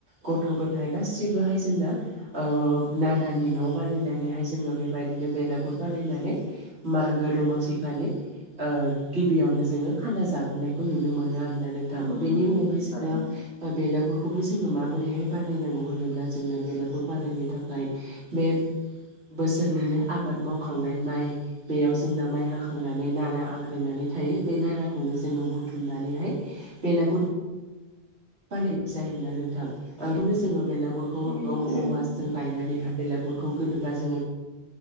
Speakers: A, on the right; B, on the left.
A: गथ' गथाइ गासिबोहाय जोंना ओ नारानि न' बानायनानैहाय जोङो बेबायदिनो बेलागुर बानायनानै मागो दमासि खालि ओ गिबियावनो जोङो खाना जाग्रोनायखौ नुनो मोनो आरोना नों थां
B: औ
A: बेनि
B: नंगौ
A: उनावहाय जोङो
B: थारैनो
A: बेलागुरखौबो जोङो माबोरैहाय बानायनांगौ होनोब्ला जोंनो बेलागुर बानायनो थाखाय बे बोसोरनिनो आबाद मावखांनाय माइ बेयाव जोंना माइ हाखांनानै नारा आग्रायनानै थायो बे नाराखौनो जोङो बुथुमनानैहाय बेलागुर बानायनाय जायोना नों थां बेखौनो जोङो बेलागुरखौ औ
B: नंगौ थारैनो
A: औवाजों गायनानैहाय बेलागुरखौ गोदोबा जोङो